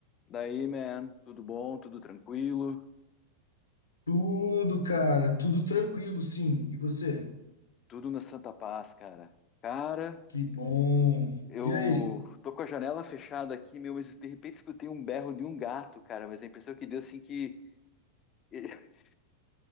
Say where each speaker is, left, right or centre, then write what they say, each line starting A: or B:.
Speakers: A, on the left (about 30°); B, on the left (about 75°).
A: Daí, man, tudo bom, tudo tranquilo,
B: Tudo, cara, tudo tranquilo, sim. E você?
A: tudo na Santa Paz, cara. Cara,
B: Que bom.
A: eu
B: E aí?
A: tô com a janela fechada aqui, meu, mas de repente escutei um berro de um gato, cara, mas a impressão que deu, assim, que... <laughs>